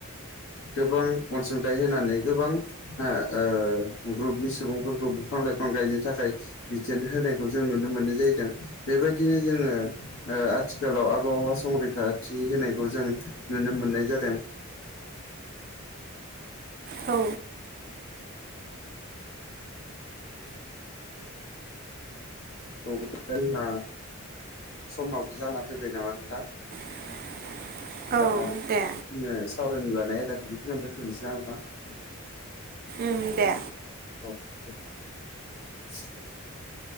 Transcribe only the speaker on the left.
गोबां अनसुंथाइ होनानै गोबां ओ ग्रुपनि सुबुंफोरखौ बिफां लाइफां गायनो थाखाय बिथोन होनायखौ जों नुनो मोननाय जाहैदों बे बेबायदिनो जोङो ओ आथिखालाव आबहावा संरैखाथि होनायखौ जों नुनो मोननाय जादों
बिदिबा जोंहा समाबो जाना फैबाय नामा नोंथां
दा
जोङो सावरायनो लानाय आयदाखौ बिखिनियावनो दोनथ'नोसै नामा नोंथां
<inaudible>